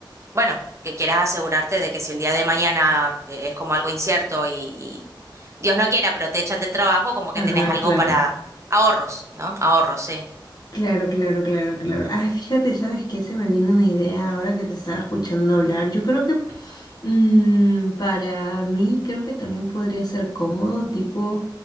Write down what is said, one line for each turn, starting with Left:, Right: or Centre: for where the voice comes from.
Right: bueno, que quieras asegurarte de que si el día de mañana eh, es como algo incierto y, y Dios no quiera, pero te echan del trabajo, como
Left: Ajá,
Right: que tenés algo
Left: claro.
Right: para ahorros, ¿no? Ahorros, sí.
Left: Claro, claro, claro, claro. Ah, fíjate, ¿sabes qué? Se me vino una idea ahora que te estaba escuchando hablar. Yo creo que mm, para mí creo que también podría ser cómodo, tipo